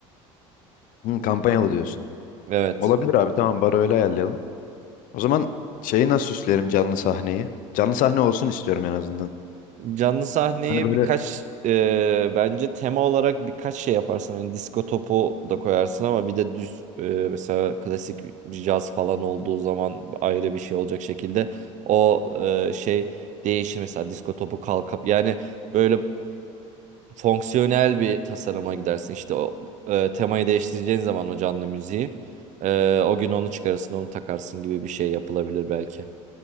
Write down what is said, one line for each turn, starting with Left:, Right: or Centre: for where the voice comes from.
Left: Hı, kampanyalı diyorsun.
Right: Evet.
Left: Olabilir abi tamam barı öyle ayarlayalım. O zaman şeyi nasıl süslerim canlı sahneyi? Canlı sahne olsun istiyorum en azından.
Right: Canlı sahneye
Left: Hani böyle
Right: birkaç e, bence tema olarak birkaç şey yaparsın. Hani disko topu da koyarsın ama bir de düz e, mesela klasik caz falan olduğu zaman ayrı bir şey olacak şekilde o e, şey değişir. Mesela disko topu kalkıp yani böyle fonksiyonel bir tasarıma gidersin. İşte o e, temayı değiştireceğin zaman o canlı müziği e, o gün onu çıkarırsın onu takarsın gibi bir şey yapılabilir belki.